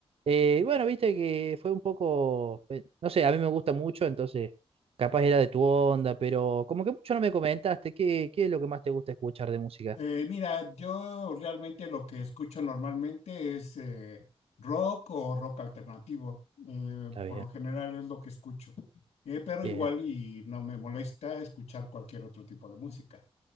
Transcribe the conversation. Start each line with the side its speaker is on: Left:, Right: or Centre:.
Right: Eh, bueno, viste que fue un poco, eh, no sé, a mí me gusta mucho, entonces capaz era de tu onda, pero como que mucho no me comentaste, ¿qué, qué es lo que más te gusta escuchar de música?
Left: Eh, mira, yo realmente lo que escucho normalmente es eh, rock o rock alternativo. eh,
Right: Está bien,
Left: por lo general es lo que escucho. Eh, pero
Right: bien,
Left: igual y no me molesta escuchar cualquier otro tipo de música.